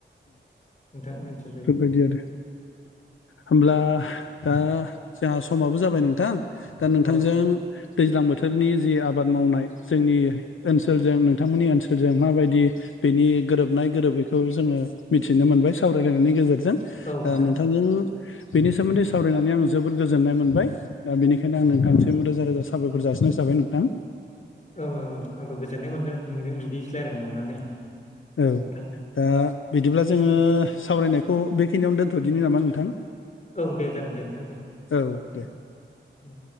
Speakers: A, on the left (about 35°); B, on the left (about 85°).
A: नोंथांजोंनोथिफयो
B: बेबायदि आरो होमब्ला दा जोंहा समाबो जाबाय नोंथां दा नोंथांजों
A: औ औ
B: दैज्लां बोथोरनि जि आबाद मावनाय जोंनि ओनसोलजों नोंथांमोननि ओनसोलजों माबायदि बेनि गोरोबनाय गोरोबैखौ जोंङो मिथिनो मोनबाय सावरायलायनायनि गेजेरजों ओ
A: औ नोंथां
B: नोंथांजों
A: औ
B: बेनि सोमोन्दै सावरायनानै आं जोबोद गोजोननाय मोनबाय दा बेनिखायनो आं नोंथांसिम
A: औ
B: रोजा रोजा साबायर जासिनाय जाबाय नोंथां
A: औ औ आंबो गोजोननाय मोनदों नोंजों बिदि रायज्लायनो मोननानै
B: औ
A: नोंथां
B: दा बिदिब्ला जोङो सावरायनायखौ बेखिनियावनो दोन्थ'दिनि नामा नोंथां
A: औ दे जागोन दे नोंथां देे।
B: औ दे